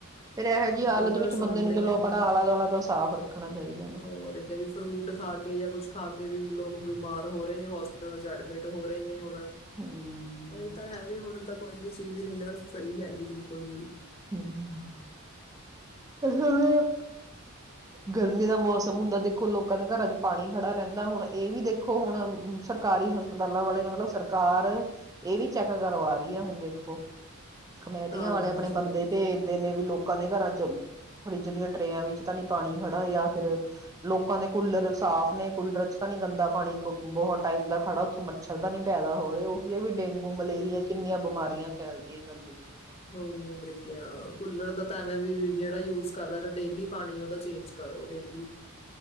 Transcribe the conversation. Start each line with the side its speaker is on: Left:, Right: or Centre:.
Right: ਫੇਰ ਇਹ ਜਿਹੀ ਹਾਲਤ
Left: ਕਈ ਵਾਰ
Right: ਵਿੱਚ
Left: ਸੁਣਦੇ
Right: ਬੰਦੇ ਨੂੰ ਚਲੋ
Left: ਆ ਵੀ
Right: ਆਪਣਾ ਆਲਾ ਦੁਆਲਾ ਦਾ ਸਾਫ਼ ਰੱਖਣਾ ਚਾਹੀਦਾ ਨਾ।
Left: ਹੋਰ ਕਿ ਵੀ ਫਰੂਟ ਖਾ ਕੇ ਯਾ ਕੁੱਛ ਖਾ ਕੇ ਵੀ ਲੋਕ ਬਿਮਾਰ ਹੋ ਰਹੇ ਹੋਸਪਿਟਲਾਂ ਚ ਐਡਮਿਟ ਹੋ ਰਹੇ ਨੇ ਹੁਣ।
Right: ਹਮ
Left: ਉਹੀ ਤਾ ਹੈ। ਵੀ ਹੁਣ ਤਾ ਕੋਈ ਵੀ ਚੀਜ ਨੀ ਨਾ ਸਹੀ ਹੈਗੀ ਬਿਲਕੁਲ ਵੀ।
Right: ਹਮ <unintelligible> ਗਰਮੀ ਦਾ ਮੌਸਮ ਹੁੰਦਾ ਦੇਖੋ ਲੋਕਾਂ ਦੇ ਘਰਾਂ ਚ ਪਾਣੀ ਖੜਾ ਰਹਿੰਦਾ ਹੁਣ ਇਹ ਵੀ ਦੇਖੋ ਹੁਣ ਸਰਕਾਰੀ ਹਸਪਤਾਲਾਂ ਵਾਲੇ ਮਤਲਬ ਸਰਕਾਰ ਇਹ ਵੀ ਚੈੱਕ ਕਰਵਾ ਰਹੀ ਹੈ ਹੁਣ ਦੇਖੋ। ਕਮੇਟੀਆਂ
Left: ਹਾਂਜੀ
Right: ਵਾਲੇ ਆਪਣੇ ਬੰਦੇ ਭੇਜਦੇ ਨੇ ਵੀ ਲੋਕਾਂ ਦੇ ਘਰਾਂ ਚ ਚ ਫਰਿੱਜ ਦੀਆਂ ਟਰੇਆਂ ਵਿੱਚ ਤਾਂ ਨੀ ਪਾਣੀ ਖੜਾ ਯਾ ਫਿਰ ਲੋਕਾਂ ਦੇ ਕੂਲਰ ਸਾਫ ਨੇਂ ਕੂਲਰ ਚ ਤਾ ਨੀ ਗੰਦਾ ਪਾਣੀ ਕੁ ਬਹੁਤ ਟਾਈਮ ਦਾ ਖੜਾ ਉੱਥੋਂ ਮੱਛਰ ਤਾਂ ਨੀ ਪੈਦਾ ਹੋ ਰਹੇ ਉਹੀ ਹੈ ਵੀ ਡੇਂਗੂ ਮਲੇਰੀਆ ਕਿੰਨੀਆਂ ਬਿਮਾਰੀਆਂ ਫੈਲਦੀਆਂ ਗੰਦਗੀ ਵਿੱਚ।
Left: ਹੋਰ ਕਿਆ ਕੂਲਰ ਦਾ ਤਾਂ ਇਹਵੇਂ ਵੀ ਜਿਹੜਾ ਯੂਜ਼ ਕਰਦਾ ਤਾ ਡੇਲੀ ਪਾਣੀ ਉਹਦਾ ਚੇਂਜ ਕਰੋ ਡੇਲੀ।